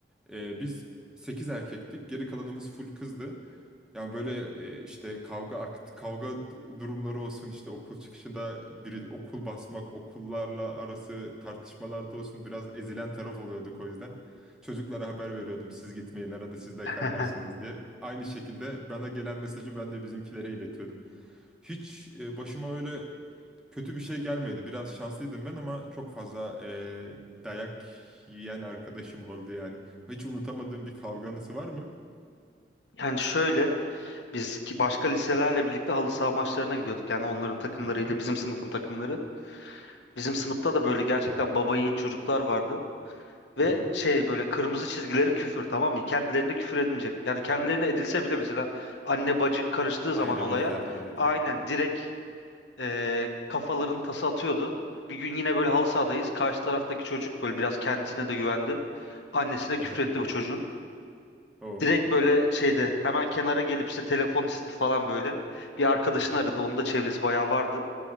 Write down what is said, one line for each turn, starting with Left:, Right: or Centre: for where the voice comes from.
Centre: E, biz 8 erkektik, geri kalanımız full kızdı. Yani böyle e, işte kavga akt- kavga durumları olsun işte okul çıkışında biri okul basmak, okullarla arası tartışmalarda olsun biraz ezilen taraf oluyorduk o yüzden. Çocuklara haber veriyordum siz gitmeyin arada siz de
Left: <laughs>
Centre: kaynarsınız diye. Aynı şekilde bana gelen mesajı ben de bizimkilere iletiyordum. Hiç e, başıma öyle kötü bir şey gelmedi. Biraz şanslıydım ben ama çok fazla eee, dayak yiyen arkadaşım oldu yani. Hiç unutamadığım bir kavganızı var mı?
Left: Yani şöyle biz ki başka liselerle birlikte halı saha maçlarına gidiyorduk. Yani onların takımlarıyla
Centre: Hı hı.
Left: bizim sınıfın takımları. Bizim sınıfta da böyle gerçekten baba yiğit çocuklar vardı.
Centre: Hı
Left: Ve
Centre: hı.
Left: şey böyle kırmızı çizgileri küfür tamam mı? Kendilerine küfür edilmeyecek. Yani kendilerine edilse bile mesela anne bacı karıştığı zaman
Centre: Ailevi
Left: olaya
Centre: fertlere
Left: aynen
Centre: de.
Left: direkt e, kafaların tası atıyordu. Bir gün yine böyle halı sahadayız. Karşı taraftaki çocuk böyle biraz kendisine de güvendi. Annesine küfretti
Centre: Hı hı.
Left: bu çocuğun.
Centre: Oo.
Left: Direkt böyle şeyde hemen kenara gelip işte telefon istedi falan böyle. Bir arkadaşını aradı. Onun da çevresi bayağı vardı.